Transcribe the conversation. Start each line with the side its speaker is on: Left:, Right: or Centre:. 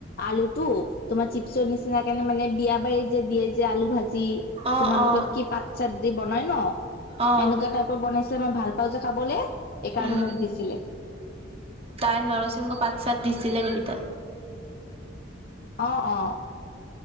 Left: আলুটো তোমাৰ চিপছৰ নিচিনা কাৰণে মানে বিয়া বাৰী যে দিয়ে যে আলু ভাজি
Right: অ',
Left: <unintelligible> তোমালোক
Right: অ',
Left: কি পাত চাত দি বনাই বনাই ন
Right: অ',
Left: এনেকুৱা টাইপৰ বনাইছে মই ভাল পাওঁ যে খাবলে এইকাৰণে
Right: উম,
Left: মোক দিছিলে
Right: তাই নৰসিংহ পাত চাত দিছিলে নেকি তাত
Left: অহ অহ